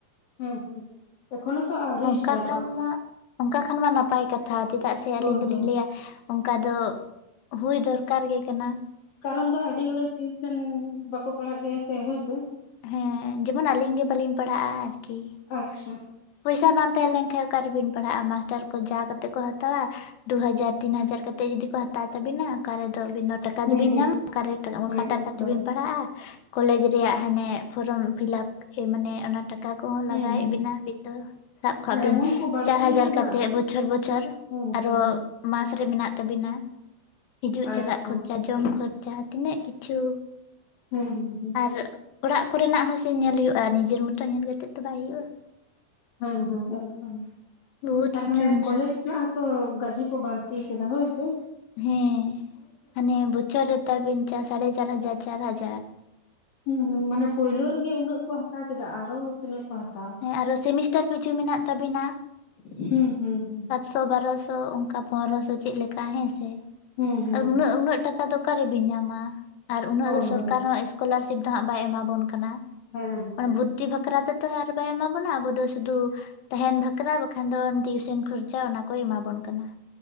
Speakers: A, on the left (about 55°); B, on the left (about 75°).
A: ᱦᱮᱸ ᱦᱮᱸ ᱮᱠᱷᱚᱱᱳ ᱛᱚ ᱟᱹᱣᱨᱤ
B: ᱚᱱᱠᱟ
A: ᱥᱴᱟᱴᱚᱜᱼᱟ
B: ᱠᱷᱟᱱ ᱢᱟ ᱚᱱᱠᱟ ᱠᱷᱟᱱ ᱢᱟ ᱱᱟᱯᱟᱭ ᱠᱟᱛᱷᱟ ᱪᱮᱫᱟᱜ ᱥᱮ ᱟᱹᱞᱤᱧ
A: ᱦᱳᱭ
B: ᱫᱚᱞᱤᱧ
A: ᱦᱳᱭ
B: ᱞᱟᱹᱭᱟ᱾ ᱚᱱᱠᱟ ᱫᱚ ᱦᱩᱭ ᱫᱚᱨᱠᱟᱨ ᱜᱮ ᱠᱟᱱᱟ᱾
A: ᱠᱟᱨᱚᱱ ᱫᱚ ᱟᱹᱰᱤ ᱦᱚᱲᱟᱜ ᱴᱤᱭᱩᱥᱮᱱ ᱵᱟᱠᱚ ᱯᱟᱲᱦᱟᱜ ᱜᱮᱭᱟ ᱥᱮ ᱦᱮᱸᱥᱮ᱾
B: ᱦᱮᱸ ᱡᱮᱢᱚᱱ ᱟᱹᱞᱤᱧ ᱜᱮ ᱵᱟᱹᱞᱤᱧ ᱯᱟᱲᱦᱟᱜᱼᱟ ᱟᱨᱠᱤ
A: ᱟᱪᱪᱷᱟ
B: ᱯᱚᱭᱥᱟ ᱵᱟᱝ ᱛᱟᱦᱮᱸ ᱞᱮᱱᱠᱷᱟᱡ ᱚᱠᱟ ᱨᱮ ᱵᱮᱱ ᱯᱟᱲᱦᱟᱜᱼᱟ ᱢᱟᱥᱴᱟᱨ ᱠᱚ ᱡᱟ ᱠᱟᱛᱮᱫ ᱠᱚ ᱦᱟᱛᱟᱣᱟ ᱫᱩ ᱦᱟᱡᱟᱨ ᱛᱤᱱ ᱦᱟᱡᱟᱨ ᱠᱟᱛᱮᱫ ᱡᱩᱫᱤ ᱠᱚ ᱦᱟᱛᱟᱣ ᱛᱟᱵᱤᱱᱟ ᱚᱠᱟ ᱨᱮ ᱫᱚ ᱟᱵᱤᱱ ᱫᱚ ᱴᱟᱠᱟ
A: ᱦᱩᱸ
B: ᱫᱚᱵᱤᱱ
A: ᱦᱩᱸ
B: ᱧᱟᱢᱟ ᱚᱠᱟ ᱨᱮ
A: ᱦᱮᱸ
B: ᱚᱠᱟ ᱴᱟᱠᱟ
A: ᱮᱠᱫᱚᱢ
B: ᱛᱮᱵᱤᱱ ᱯᱟᱲᱦᱟᱜᱼᱟ ᱠᱚᱞᱮᱡᱽ ᱨᱮᱭᱟᱜ ᱦᱟᱱᱮ ᱯᱷᱨᱚᱢ ᱯᱷᱤᱞᱟᱯ ᱢᱟᱱᱮ ᱚᱱᱟ ᱴᱟᱠᱟ ᱠᱚᱦᱚᱸ
A: ᱦᱩᱸ
B: ᱞᱟᱜᱟᱣᱮᱫ
A: ᱦᱩᱸ
B: ᱵᱤᱱᱟ ᱟᱹᱵᱤᱱ ᱫᱚ ᱥᱟᱵ ᱠᱟᱜ ᱵᱤᱱ
A: ᱮᱢᱚᱱ ᱠᱚ ᱵᱟᱹᱲᱛᱤ
B: ᱪᱟᱨ ᱦᱟᱡᱟᱨ
A: ᱠᱟᱫᱟ
B: ᱠᱟᱛᱮᱫ ᱵᱚᱪᱷᱚᱨ ᱵᱚᱪᱷᱚᱨ
A: ᱦᱩᱸ
B: ᱟᱨᱦᱚ
A: ᱦᱩᱸ ᱦᱩᱸ
B: ᱢᱟᱥ ᱨᱮ ᱢᱮᱱᱟᱜ ᱛᱟᱵᱤᱱᱟ ᱦᱤᱡᱩᱜ
A: ᱟᱪᱪᱷᱟ
B: ᱪᱟᱞᱟᱜ ᱠᱷᱚᱨᱪᱟ ᱡᱚᱢ ᱠᱷᱚᱨᱪᱟ ᱛᱤᱱᱟᱹᱜ ᱠᱤᱪᱷᱩ
A: ᱦᱩᱸ ᱦᱩᱸ ᱦᱩᱸ
B: ᱟᱨ ᱚᱲᱟᱜ ᱠᱚᱨᱮᱱᱟᱜ ᱦᱚᱸ ᱥᱮ ᱧᱮᱞ ᱦᱩᱭᱩᱜᱼᱟ, ᱱᱤᱡᱮᱨ ᱢᱚᱛᱚ ᱧᱮᱞ ᱠᱟᱛᱮᱜ ᱛᱚ ᱵᱟᱭ ᱦᱳᱭᱳᱜᱼᱟ ᱾
A: ᱦᱳᱭᱸ ᱦᱳᱭᱸ ᱮᱠᱫᱚᱢ,
B: ᱵᱚᱦᱩᱛ
A: ᱟᱨ
B: ᱠᱤᱪᱷᱩ
A: ᱢᱟᱱᱮ
B: ᱢᱮᱱᱟᱜᱼᱟ
A: ᱠᱚᱞᱮᱡᱽ ᱨᱮᱱᱟᱜ ᱦᱚᱛᱚ ᱛᱚ ᱜᱟᱡᱮ ᱠᱚ ᱵᱟᱹᱲᱛᱤ ᱠᱟᱫᱟ ᱦᱳᱭ ᱥᱮᱢ
B: ᱦᱮᱸ, ᱦᱟᱱᱮ ᱵᱚᱪᱷᱚᱨ ᱨᱮ ᱛᱟᱵᱮᱱ ᱪᱟᱥ ᱥᱟᱲᱮ ᱪᱟᱨ ᱦᱟᱡᱟᱨ ᱪᱟᱨ ᱦᱟᱡᱟᱨ ᱾
A: ᱦᱩᱸ ᱦᱩᱸ ᱢᱟᱱᱮ ᱯᱳᱭᱞᱳ ᱨᱮᱜᱮ ᱩᱱᱟᱹᱜ ᱠᱚ ᱦᱟᱛᱟᱣ ᱠᱮᱫᱟ, ᱟᱨᱚ ᱫᱚ ᱛᱤᱱᱟᱹᱜ ᱠᱚ ᱦᱟᱛᱟᱣ ᱮᱫᱟ
B: ᱦᱮᱸ ᱟᱨᱦᱚ ᱥᱮᱢᱤᱥᱴᱟᱨ ᱠᱤᱪᱷᱩ ᱢᱮᱱᱟᱜ ᱛᱟᱵᱤᱱᱟ?
A: ᱦᱩᱸ ᱦᱩᱸ ᱦᱩᱸ
B: ᱥᱚ ᱵᱟᱨᱚᱥᱚ ᱚᱱᱠᱟ ᱯᱚᱱᱮᱨᱚᱥᱚ ᱪᱮᱫ ᱞᱮᱠᱟ ᱦᱮᱸ ᱥᱮ,
A: ᱦᱩᱸ ᱦᱩᱸ
B: ᱟᱨ ᱩᱱᱟᱹᱜ
A: ᱦᱩᱸ ᱦᱩᱸ
B: ᱩᱱᱟᱹᱜ ᱴᱟᱠᱟ ᱚᱠᱟ ᱫᱚ ᱚᱠᱟᱨᱮᱵᱤᱱ ᱧᱟᱢᱟ, ᱟᱨ ᱩᱱᱟᱹᱜ
A: ᱦᱳᱭ
B: ᱫᱚ ᱥᱚᱨᱠᱟᱨ
A: ᱦᱳᱭ
B: ᱦᱚᱸ ᱥᱠᱚᱞᱟᱨᱥᱤᱯ ᱫᱚ ᱦᱟᱸᱜ ᱵᱟᱭ ᱮᱢᱟᱵᱚᱱ ᱠᱟᱱᱟ ᱾
A: ᱦᱮᱸ ᱦᱮᱸ
B: ᱢᱟᱱᱮ ᱵᱷᱩᱛᱤ ᱵᱟᱠᱷᱨᱟ ᱛᱮᱛᱚ ᱦᱟᱸᱜ ᱵᱟᱭ ᱮᱢᱟᱵᱚᱱᱟ, ᱟᱵᱚ ᱫᱚ ᱥᱩᱫᱩ ᱛᱟᱦᱮᱱ ᱵᱷᱟᱠᱷᱨᱟ ᱵᱟᱠᱷᱟᱱ ᱫᱚ ᱴᱤᱭᱩᱥᱚᱱ ᱠᱷᱚᱨᱪᱟ ᱚᱱᱟ ᱠᱚᱭ ᱮᱢᱟᱵᱚᱱ ᱠᱟᱱᱟ ᱾